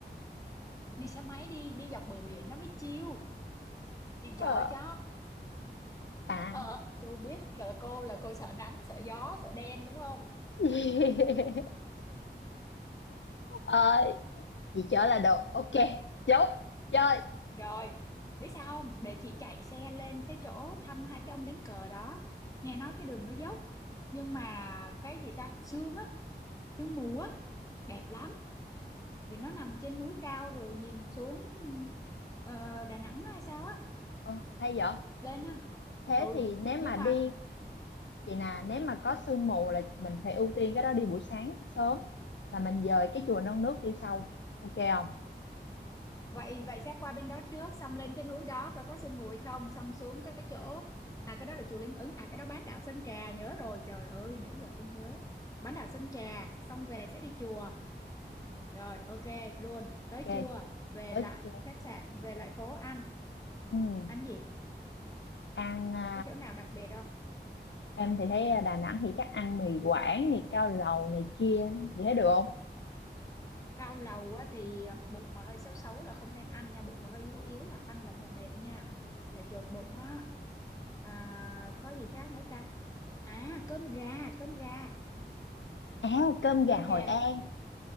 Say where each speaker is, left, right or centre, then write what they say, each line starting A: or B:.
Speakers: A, on the left (about 20°); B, on the left (about 80°).
A: đi xe máy đi đi dọc bờ biển nó mới chill chị
B: ờ.
A: chở cho
B: à
A: ờ tôi biết là cô là cô sợ nắng sợ gió sợ đen đúng không
B: <laughs> ờ, chị chở là được ok chốt chơi
A: Rồi, biết sao không? Để chị chạy xe lên cái chỗ thăm hai cái ông đánh cờ đó. Nghe nói cái đường nó dốc. Nhưng mà cái gì ta? Sương á, sương mù á, đẹp lắm. Vì nó nằm trên núi cao rồi nhìn xuống ờ, Đà Nẵng hay sao á.
B: Ồ, hay vậy
A: Lên ha.
B: thế
A: Ừ,
B: thì nếu
A: nhưng
B: mà
A: mà
B: đi chị nè nếu mà có sương mù là mình phải ưu tiên cái đó đi buổi sáng sớm là mình dời cái chùa non nước đi sau ok không
A: vậy vậy sẽ qua bên đó trước xong lên cái núi đó coi có sương mù hay không xong xuống cái chỗ à cái đó là chùa Linh Ứng à cái đó bán đảo Sơn Trà nhớ rồi trời ơi nãy giờ không nhớ bán đảo Sơn Trà xong về sẽ đi chùa rồi ok luôn tới
B: ok
A: trưa về
B: tới
A: lại
B: chùa
A: khách sạn về lại phố ăn
B: ừ.
A: ăn gì
B: ăn à,
A: có chỗ nào đặc biệt không
B: em thì thấy Đà Nẵng thì chắc ăn mì Quảng mì cao lầu này kia chị thấy được không
A: cao lầu á, thì bụng mà hơi xấu xấu là không nên ăn nha bụng mà hơi yếu yếu là ăn là mờ mệt nha là chột bụng á à, có gì khác nữa ta à cơm gà cơm gà
B: à cơm gà
A: cơm
B: Hội
A: gà
B: An